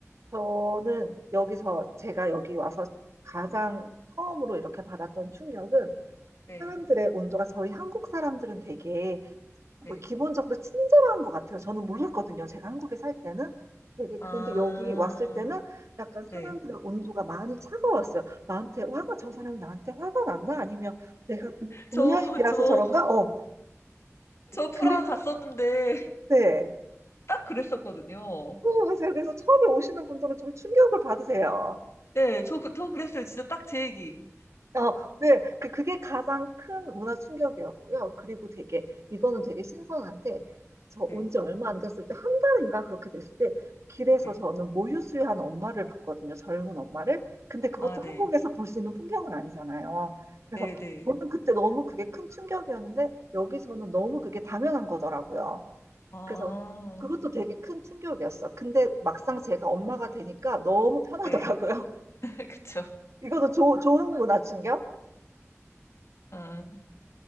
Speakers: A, on the right (about 65°); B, on the left (about 60°).
A: 저는 여기서 제가 여기 와서 가장 처음으로 이렇게 받았던 충격은
B: 네,
A: 사람들의 온도가 저희 한국 사람들은 되게 뭐
B: 네.
A: 기본적으로 친절한 것 같아요. 저는 몰랐거든요. 제가 한국에 살 때는. 되게
B: 아,
A: 그런데 여기 왔을 때는 약간 사람들의
B: 네.
A: 온도가 많이 차가웠어요. 나한테 화가 저 사람이 나한테 화가 났나? 아니면 내가 동양인이라서
B: 저, 저,
A: 저런가? 어,
B: 저 프라하
A: 근데
B: 갔었는데, <laughs>
A: 그랬대.
B: 딱 그랬었거든요.
A: 어, 맞아요. 그래서 처음에 오시는 분들은 좀 충격을 받으세요.
B: 네, 저, 그- 저 그랬어요. 진짜 딱 제 얘기.
A: 어, 네, 그, 그게 가장 큰 문화 충격이었고요. 그리고 되게, 이거는 되게 신선한데, 저
B: 네,
A: 온지 얼마 안 됐을 때, 한 달인가 그렇게 됐을 때, 길에서
B: 네.
A: 저는 모유수유하는 엄마를 봤거든요. 젊은 엄마를. 근데 그것도
B: 아, 네.
A: 한국에서 볼 수 있는 풍경은 아니잖아요. 그래서
B: 네, 네.
A: 저는 그때 너무 그게 큰 충격이었는데, 여기서는 너무 그게 당연한 거더라고요.
B: 아,
A: 그래서 그것도 되게 큰 충격이었어. 근데 막상 제가 엄마가 되니까 너무 편하더라고요.
B: 네. <laughs> 그쵸.
A: <laughs> 이것도 조, 좋은 문화 충격?
B: 아,